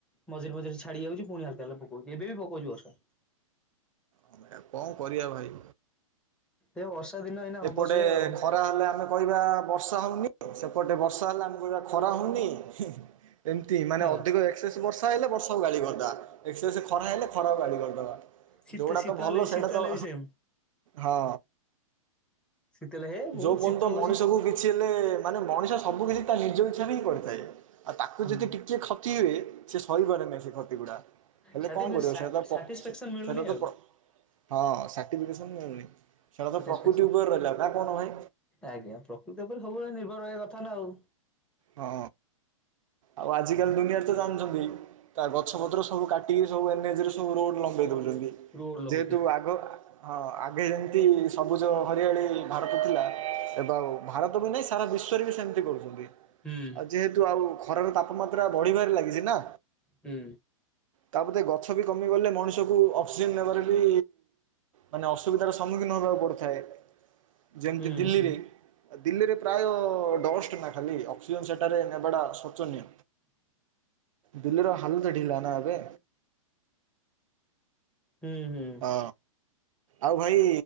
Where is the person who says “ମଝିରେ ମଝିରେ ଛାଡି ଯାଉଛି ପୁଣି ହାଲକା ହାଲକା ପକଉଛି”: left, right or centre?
Centre